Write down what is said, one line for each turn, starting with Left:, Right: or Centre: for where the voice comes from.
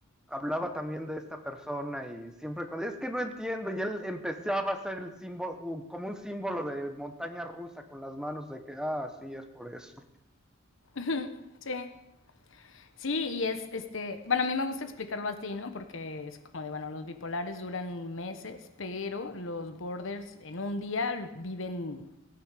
Centre: hablaba también de esta persona y siempre cuando, es que no entiendo, y él empezaba a hacer el símbolo, u- como un símbolo de montaña rusa con las manos de que, ah, sí, es por eso.
Left: <laughs> sí. Sí, y es, este, bueno, a mí me gusta explicarlo así, ¿no? Porque es como de, bueno, los bipolares duran meses, pero los borders en un día viven